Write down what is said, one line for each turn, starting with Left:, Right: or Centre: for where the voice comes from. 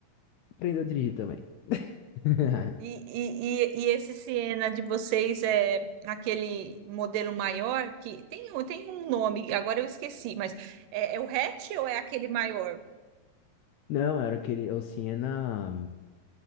Left: Aprendeu a dirigir também. <laughs>
Right: E, e, e, e esse Siena de vocês é aquele modelo maior que tem, um- tem um nome, agora eu esqueci, mas é, é o hatch ou é aquele maior?
Left: Não, era aquele, é o Siena,